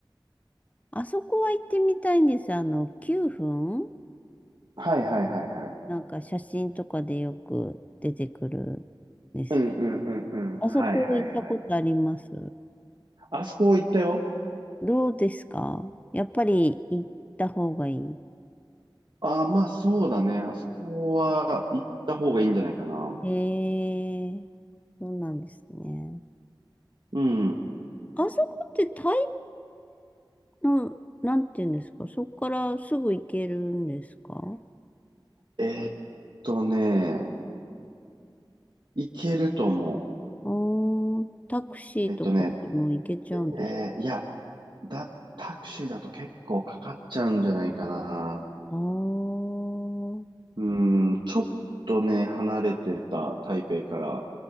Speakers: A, on the left (about 15°); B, on the right (about 65°).
A: あそこは行ってみたいんです。あの、9分
B: はいはいはいはい。
A: なんか写真とかでよく出てくるんですけど。
B: うんうんうんうん。はいはいはい。
A: あそこ行ったことあります
B: あそこ行ったよ。
A: どうですかやっぱり行った方がいい
B: ああ、まあそうだね。あそこは行った方がいいんじゃないかな。
A: ええそうなんですね。
B: うん。
A: あそこって台北の、なんていうんですか、そこからすぐ行けるんですか
B: えーっとね、行けると思
A: あータクシーとかでも行けちゃうんですか
B: う。えっとね、えーいや、だ、タクシーだと結構かかっちゃうんじゃないかな。
A: あー
B: うん、ちょっとね、離れてた台北から。